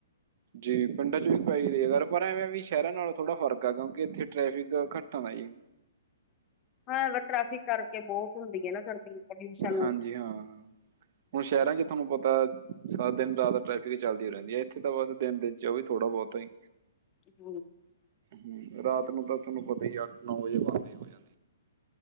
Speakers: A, on the right; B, on the left.
A: ਜੀ ਪਿੰਡਾਂ ਚ ਵੀ ਪੈ ਈ ਰਈ ਐ, ਪਰ ਐਵੇਂ ਵੀ ਸ਼ਐਰਾਂ ਨਾਲ ਥੋੜਾ ਫਰਕ ਐ, ਕਿਉਂਕਿ ਇੱਥੇ ਟ੍ਰੈਫਿਕ ਘਾੱਟ ਆ ਨਾ ਈ।
B: ਹਾਂ ਐਵੈ ਟ੍ਰੈਫਿਕ ਕਾਰਕੇ ਬੋਤ ਹੁੰਦੀ ਏ ਨਾ ਗਰਮੀ। ਪੋਲਿਊਸ਼ਨ
A: ਹਾਂਜੀ, ਹਾਂ। ਹੁਨ ਸ਼ਐਰਾਂ ਚ ਤੁਆਨੂੰ ਪਤਾ, ਸਾ ਦਿਨ-ਰਾਤ ਟਰੈਫਿਕ ਚੱਲਦੀ ਰੈਂਦੀ ਐ, ਇੱਥੇ ਤਾਂ ਬਾੱਸ ਦਿਨ-ਦਿਨ ਚ, ਓ ਵੀ ਥੋੜਾ ਬੋਤਾਂ ਈ।
B: ਹੂੰ।
A: ਹੂੰ, ਰਾਤ ਨੂੰ ਤਾਂ ਤੂਆਨੂੰ ਪਤਾ ਈ ਆ, ਆੱਠ-ਨੌ ਵਜੇ ਬਾੰਦ ਈ ਹੋ ਜਾਂ